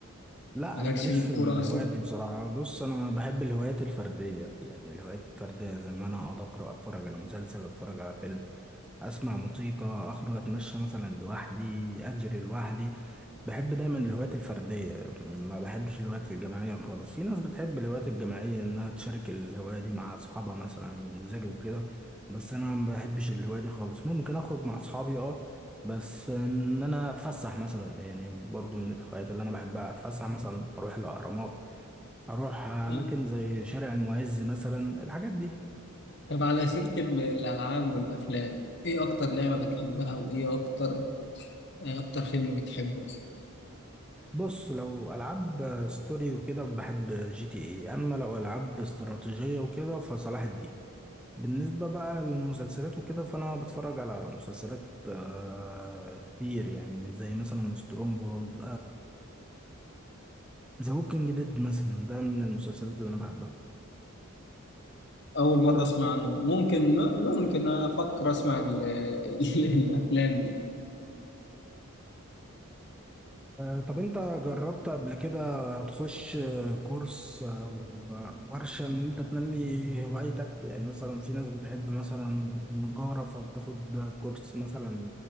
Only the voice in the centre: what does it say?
لا
انا ماليش
في الهوايات
دي بصراحه بص انا بحب الهوايات الفرديه يعني الهوايات الفرديه زي ان انا اقعد اقرا اتفرج على مسلسل اتفرج على فيلم اسمع موسيقى اخرج اتمشى مثلا لوحدي اجري لوحدي بحب دايما الهوايات الفرديه ما بحبش الهوايات الجماعيه خالص في ناس بتحب الهوايات الجماعيه انها تشارك الهوايه دي مع اصحابها مثلا ينزلوا وكده بس انا ما بحبش الهوايه دي خالص ممكن اخرج مع اصحابي اه بس ان انا اتفسح مثلا يعني برضو من الهوايات اللي انا بحبها اتفسح مثلا اروح الاهرامات اروح اماكن
زي شارع المعز مثلا الحاجات دي
بص لو العاب ستوري وكده بحب جي تي اي اما لو العاب استراتيجيه وكده فصلاح الدين بالنسبه بقى للمسلسلات وكده فانا بتفرج على مسلسلات آه، كتير يعني زي مثلا سترونج هولد ذا هوكينج ديد مثلا ده من المسلسلات اللي انا بحبها
آه، طب انت جربت قبل كده تخش آه، كورس او آه، ورشة ان انت تنمي هوايتك يعني مثلا في ناس بتحب مثلا النجارة فبتاخد كورس مثلا